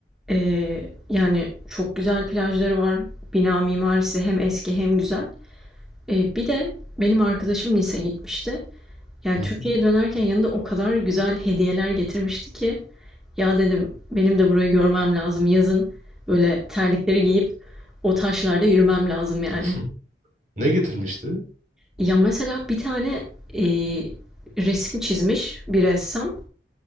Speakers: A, in the centre; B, on the right.
A: eee, yani çok güzel plajları var. Bina mimarisi hem eski hem güzel. Eee, bir de benim arkadaşım Nice'e gitmişti. Yani
B: hı
A: Türkiye'ye
B: hı.
A: dönerken yanında o kadar güzel hediyeler getirmişti ki ya dedim benim de burayı görmem lazım. Yazın böyle terlikleri giyip o taşlarda yürümem lazım yani.
B: Hı. Ne getirmişti?
A: Ya mesela bir tane e, resim çizmiş bir ressam